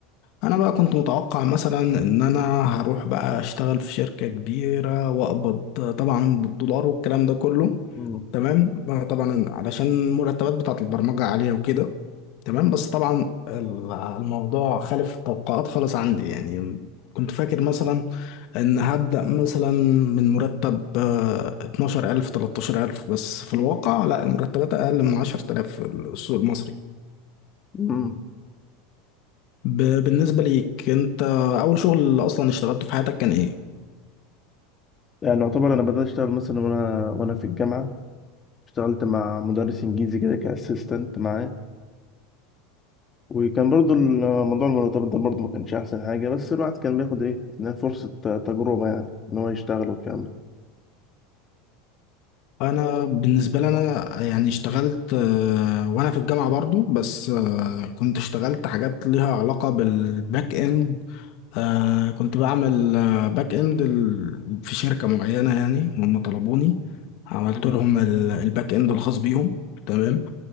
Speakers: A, on the left; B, on the left.
A: انا بقى كنت متوقع مثلا ان انا هروح بقى اشتغل في شركة كبيرة واقبض آه، طبعا بالدولار والكلام ده كله
B: مم،
A: تمام بقى طبعا علشان المرتبات بتاعت البرمجة عالية وكده تمام بس طبعا ال- الموضوع خالف التوقعات خالص عندي يعني كنت فاكر مثلا ان هبدأ مثلا من مرتب آه، 12000 13000 بس في
B: مم،
A: الواقع لا المرتبات اقل من 10000 في السوق المصري
B: مم.
A: ب- بالنسبة ليك انت اول شغل اصلا اشتغلته في حياتك كان ايه؟
B: يعني يعتبر انا بدأت اشتغل مثلا وانا وانا في الجامعة اشتغلت مع مدرس انجليزي كده كاسيستنت معاه وكان برضو الموضوع المرتبط ده برضو ما كانش احسن حاجة بس الواحد كان بياخد ايه إنها فرصة تجربة يعني ان هو يشتغل والكلام ده
A: انا بالنسبه لي انا يعني اشتغلت آه، وانا في الجامعه برضو بس آه، كنت اشتغلت حاجات ليها علاقه بالباك اند آه، كنت بعمل آه، باك اند ال- في شركه معينه يعني هم طلبوني عملت
B: مم،
A: لهم ال- الباك اند الخاص بيهم تمام